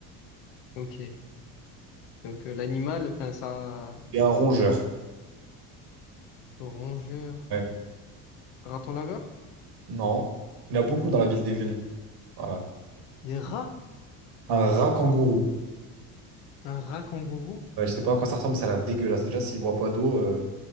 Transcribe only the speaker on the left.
Ok. Donc euh, l'animal, enfin ça,
le rongeur,
raton laveur?
Des rats?
Un rat kangourou?